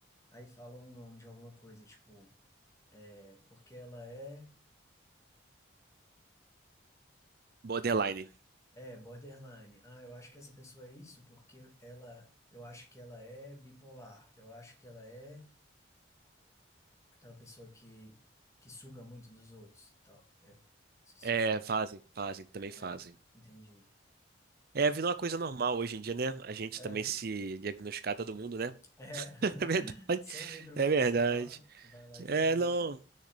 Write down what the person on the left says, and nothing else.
aí fala o nome de alguma coisa, tipo, é porque ela é,
é, borderline, ah, eu acho que essa pessoa é isso porque ela, eu acho que ela é bipolar, eu acho que ela é aquela pessoa que, que suga muito dos outros, tal, é, esqueci
o nome,
é,
entendi.
É.
É, <laughs>
sem ir para o
profissional,
vai lá e
diagnostica.